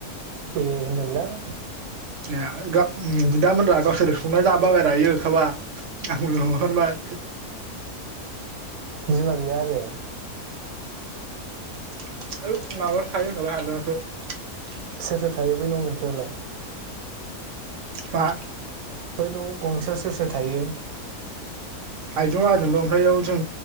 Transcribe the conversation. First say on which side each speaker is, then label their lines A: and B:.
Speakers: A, on the right; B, on the right.
A: ए होनदों लां।
B: ए बिदामोनहा गावसोर संना जाबायरा ओंखामा आंखौ लिंहरबाय।
A: बिमा गैया आरो
B: ओइ माबायावसो थायो हादान <unintelligible>
A: सोर सोर थायो बे न' मोनसेयावलाय?
B: मा?
A: बै न' गंसे सोर सोर थायो?
B: आइजो बाबाजोंल' ओमफ्राय जों